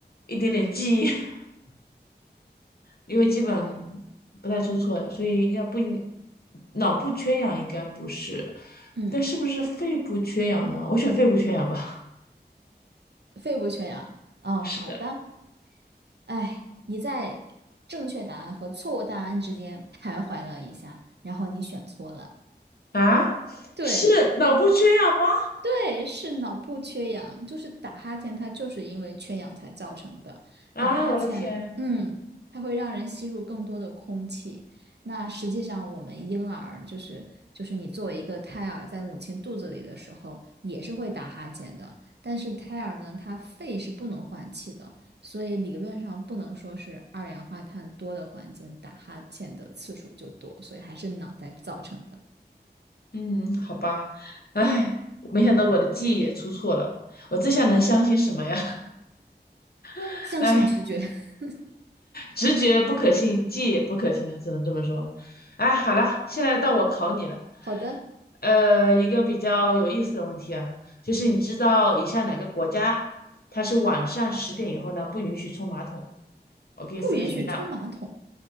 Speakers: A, on the left (about 60°); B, on the right (about 75°).
A: 一点点记忆，<laughs> 因为基本不太出错，所以应该不应脑部缺氧应该不是，
B: 嗯，
A: 但是不是肺部缺氧呢？我选肺部缺氧吧。
B: 肺部缺氧。哦，
A: 是的
B: 好的。哎，你在正确答案和错误答案之间徘徊了一下，然后你选错了。
A: 啊，
B: 对，
A: 是脑部缺氧吗？
B: 对，是脑部缺氧，就是打哈欠，它就是因为缺氧才造成的。
A: 啊，
B: 打哈欠，
A: 我的天！
B: 嗯，它会让人吸入更多的空气。那实际上，我们婴儿就是就是你作为一个胎儿在母亲肚子里的时候，也是会打哈欠的。但是胎儿呢，它肺是不能换气的，所以理论上不能说是二氧化碳多的环境打哈欠的次数就多，所以还是脑袋造成的。
A: 嗯，好吧，哎，没想到我的记忆也出错了，我这下能相信什么呀？<laughs>
B: 相信直觉。
A: 哎，
B: <laughs>
A: 直觉不可信，记忆也不可信，只能这么说。哎，好了，现在到我考你了，
B: 好的。
A: 呃，一个比较有意思的问题啊，就是你知道以下哪个国家它是晚上十点以后呢不允许冲马桶？我给你四个选项，
B: 不允许冲马桶，